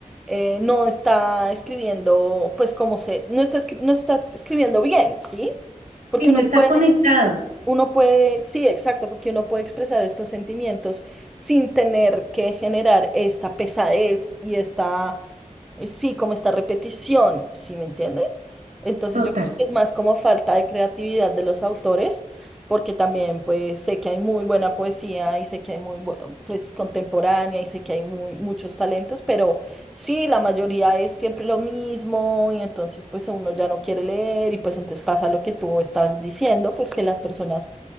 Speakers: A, in the centre; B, on the right (about 75°).
A: eh, no está escribiendo, pues como se, no está, escri- no está escribiendo bien, ¿sí? Porque
B: y no
A: uno
B: está
A: puede,
B: conectado,
A: uno puede, sí, exacto, porque uno puede expresar estos sentimientos sin tener que generar esta pesadez y esta eh, sí, como esta repetición, ¿sí me entiendes? Entonces
B: total.
A: yo creo que es más como falta de creatividad de los autores, porque también pues sé que hay muy buena poesía y sé que hay muy bu- pues contemporánea y sé que hay muy muchos talentos, pero sí, la mayoría es siempre lo mismo y entonces pues uno ya no quiere leer y pues entonces pasa lo que tú estás diciendo, pues que las personas